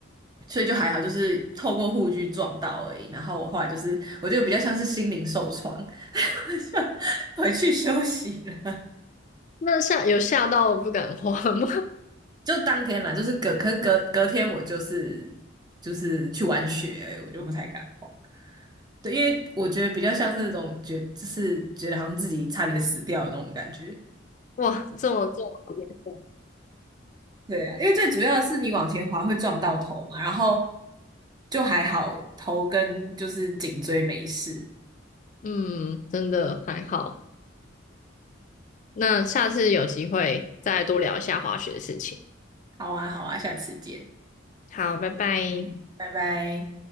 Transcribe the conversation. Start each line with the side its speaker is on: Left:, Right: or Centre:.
Right: 所以就还好，就是透过护具撞到而已。然后我后来就是我觉得比较像是心灵受创，<laughs> 就回去休息了。
Left: 那吓有吓到不敢滑吗？<laughs>
Right: 就当天啦，就是隔可能隔隔天我就是就是去玩雪而已我就不太敢滑。对，因为我觉得比较像是那种觉，就是觉得好像自己差点死掉的那种感觉。
Left: 哇，这么这么严重，
Right: 对啊，因为最主要的是你往前滑会撞到头嘛，然后就还好，头跟就是颈椎没事。
Left: 嗯，真的还好。那下次有机会再多聊一下滑雪的事情。
Right: 好啊，好啊，下次见，
Left: 好，拜拜。
Right: 嗯，拜拜。